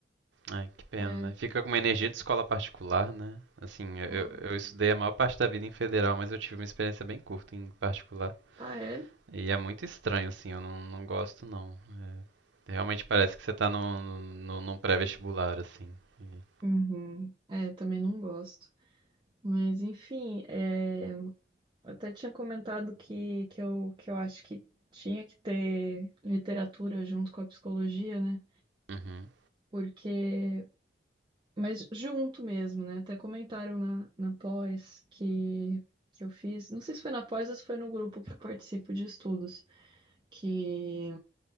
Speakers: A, on the right; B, on the right.
A: Ai, que pena,
B: É.
A: né? Fica com uma energia de escola particular, né? Assim, eu, eu
B: Uhum.
A: eu estudei a maior parte da vida em federal, mas eu tive uma experiência bem curta em particular.
B: Ah, é?
A: E é muito estranho, assim, eu não, não gosto não. É, realmente parece que você tá no no no- num pré-vestibular, assim. E-
B: Uhum. É, também não gosto. Mas enfim, é, eu até tinha comentado que, que, eu, que eu acho que tinha que ter literatura junto com a psicologia, né?
A: Uhum,
B: Porque. Mas junto mesmo, né? Até comentaram na, na pós que, que eu fiz. Não sei se foi na pós ou se foi no grupo que eu participo de estudos, que,